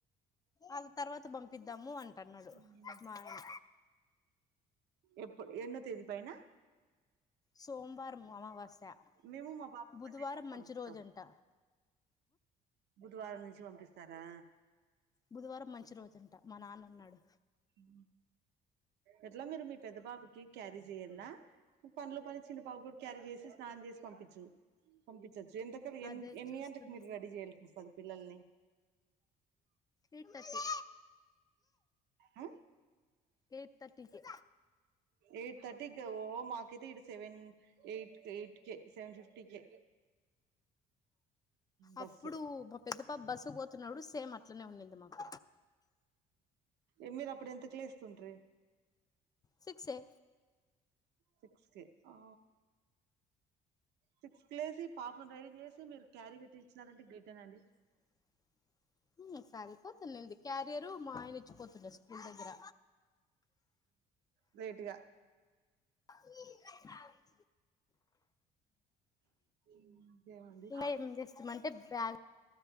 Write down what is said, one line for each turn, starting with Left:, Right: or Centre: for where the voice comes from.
Left: అది తర్వాత పంపిద్దాము అంటన్నాడు
Right: ఉమ్.
Left: మా ఆయన
Right: ఎప్పుడు ఎన్నో తేదీ పైన
Left: సోమవారం అమావాస్య
Right: మేము మా బాబా
Left: బుధవారం
Right: మండే నుంచి
Left: మంచి
Right: పంపిస్తాం.
Left: రోజంట
Right: బుధవారం నుంచి పంపిస్తారా.
Left: బుధవారం మంచి రోజంటా మా నాన్నా అన్నాడు.
Right: హ్మ్మ్ ఎట్లా మీరు మీ పెద్ద బాబుకి క్యారీ చెయాల. పనులో పని చిన్న పాపకు క్యారీ చేసి స్నానం చేసి పంపించు పంపించచ్చు ఎంత. ఇక్కడ ఎ
Left: అదే
Right: ఎన్ని
Left: చూస్తున్నా
Right: గంటలకి మీరు రెడీ చేయాల్సి వస్తుంది పిల్లల్ని.
Left: Eight thirty.
Right: ఆ
Left: ఎయిట్ థర్టీ కి.
Right: ఎయిట్ థర్టీ ఓ మాకైతే ఇ సెవెన్ ఎయిట్ ఎయిట్. కె సెవెన్ ఫిఫటీ కె బస్.
Left: అప్పుడు మా పెద్ద పాప బస్సు పోతున్నాడు సేమ్ అట్లనే ఉన్నింది మాకు.
Right: ఏమిది అప్పుడు ఎంతకు లేస్తుండ్రి
Left: సిక్స్ ఏ
Right: సిక్స్ కే హా సిక్స్ కి లేసి పాపను రెడీ చేసి మీరు క్యారీ కట్టి ఇచ్చినారంటే గ్రేట్ ఏ నండి.
Left: <inaudible> సరిపోతదింది క్యారియరు మా ఆయన ఇచ్చిపోతుండ స్కూల్ దగ్గర
Right: లేటుగా.
Left: <inaudible>
Right: ఇంకేమండి
Left: ఇంగా ఏం చేస్తామంటే బ్యాగ్